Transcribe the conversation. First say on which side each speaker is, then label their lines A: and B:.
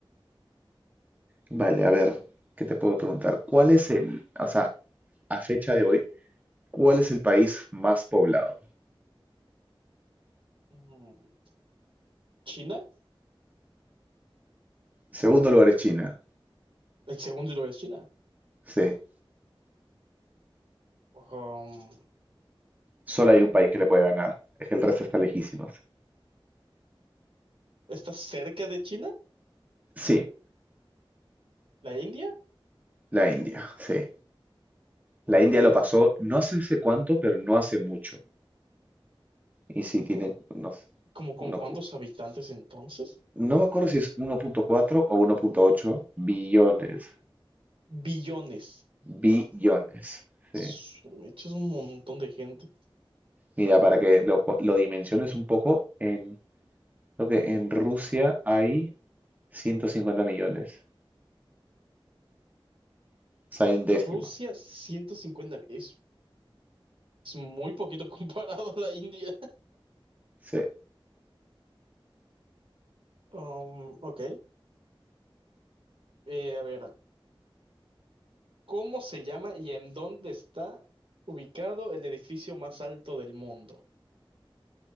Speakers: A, on the right (about 15°); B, on the right (about 75°).
A: Vale, a ver, ¿qué te puedo preguntar? ¿Cuál es el, o sea, a fecha de hoy, cuál es el país más poblado?
B: Mm, ¿China?
A: Segundo lugar es China.
B: El segundo lugar es China.
A: Sí,
B: Um,
A: solo hay un país que le puede ganar, es que el resto está lejísimos.
B: ¿está cerca de China?
A: Sí,
B: ¿La India?
A: la India, sí. La India lo pasó, no hace sé cuánto, pero no hace mucho. Y sí, tiene, no sé,
B: ¿Como con
A: uno
B: cuántos
A: pu-
B: habitantes entonces?
A: no me acuerdo si es 1.4 o 1.8 billones.
B: Billones.
A: Billones, sí.
B: Su mecha, Es un montón de gente.
A: Mira, para que lo, po- lo dimensiones un poco, en, creo que en Rusia hay 150 millones. O sea, hay un décimo.
B: Rusia, 150 Es, es muy poquito <laughs> comparado a la India.
A: Sí.
B: Um, ok. Eh, a ver, ¿cómo se llama y en dónde está ubicado el edificio más alto del mundo?